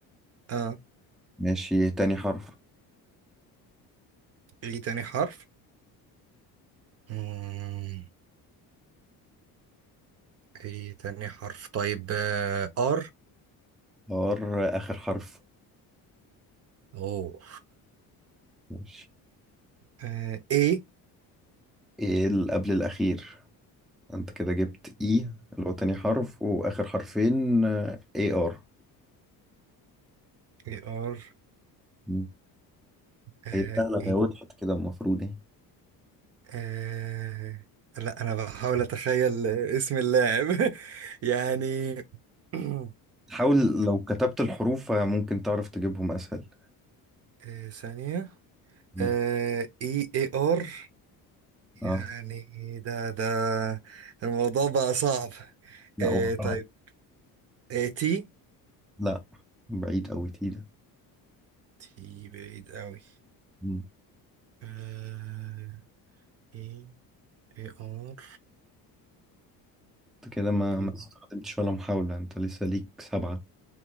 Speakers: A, on the right; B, in the centre.
A: اه
B: ماشي تاني حرف
A: اي تاني حرف مم. اي تاني حرف طيب آه ار
B: ار اخر حرف
A: اوه
B: ماشي
A: آه اي
B: ايه اللي قبل الاخير انت كده جبت اي اللي هو تاني حرف واخر حرفين اي ار
A: اي ار
B: مم.
A: آه
B: هي سهلة
A: E
B: هي وضحت كده المفروض يعني
A: آه... لا انا بحاول اتخيل اسم اللاعب <laughs> يعني <clears throat>
B: حاول لو كتبت الحروف آه، ممكن تعرف تجيبهم اسهل
A: آه... ثانية
B: مم.
A: آه... اي اي ار
B: اه
A: يعني ده ده الموضوع بقى صعب
B: لا
A: آه...
B: وقعت
A: طيب آه... تي
B: لا بعيد اوي تقيلة
A: تي بعيد قوي
B: مم.
A: آه... اي اي ار
B: انت كده ما
A: إيه.
B: ما استخدمتش ولا محاولة انت لسه ليك سبعة